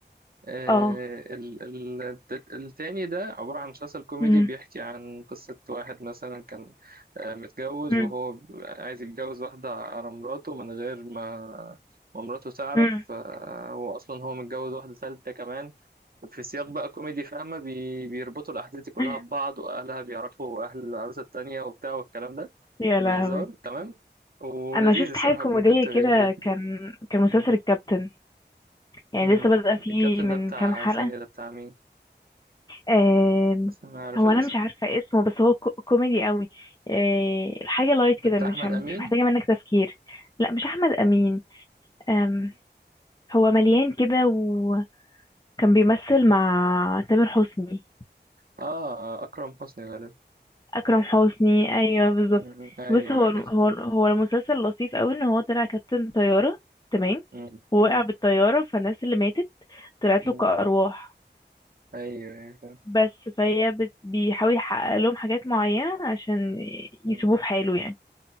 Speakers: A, on the right; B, on the left.
A: آه،
B: اه
A: ال- ال- الت- التاني ده عبارة عن مسلسل كوميدي
B: مم.
A: بيحكي عن قصة واحد مثلا كان آه، متجوز
B: مم.
A: وهو ب- عايز يتجوز واحدة على مراته من غير ما ما مراته تعرف
B: مم.
A: آه، هو أصلا هو متجوز واحدة ثالثة كمان في سياق بقى كوميدي فاهمة بي- بيربطوا الأحداث دي كلها
B: <laughs>
A: ببعض وأهلها بيعرفوا أهل العروسة التانية وبتاع والكلام ده
B: يا لهوي
A: بهزار تمام ولذيذ
B: انا شفت
A: الصراحة
B: حاجه كوميديه
A: ممكن تقري
B: كده
A: فيه
B: كان كان مسلسل
A: م-
B: الكابتن يعني
A: م.
B: لسه بدأ فيه
A: الكابتن
B: من
A: ده بتاع
B: كام حلقه
A: ثانية ده بتاع مين؟
B: آم،
A: بس انا عارف
B: هو
A: الاسم
B: انا مش عارفه اسمه بس هو كو- كوميدي قوي آه، الحاجه لايت كده
A: ده بتاع
B: مش
A: احمد امين
B: مش محتاجه منك تفكير لا مش احمد امين آم،
A: مم.
B: هو مليان كده وكان بيمثل مع تامر حسني
A: اه اكرم حسني غالبا
B: اكرم حسني ايوه بالظبط
A: مم. ايوه
B: بص هو
A: ايوه
B: الم- هو هو المسلسل لطيف قوي ان هو طلع كابتن طياره تمام
A: مم.
B: ووقع
A: مم.
B: بالطياره فالناس اللي ماتت طلعت
A: مم.
B: له كارواح
A: ايوه ايوه فاهم.
B: بس فهي بت- بيحاول يحقق لهم حاجات معينه عشان
A: مم.
B: يسيبوه في حاله يعني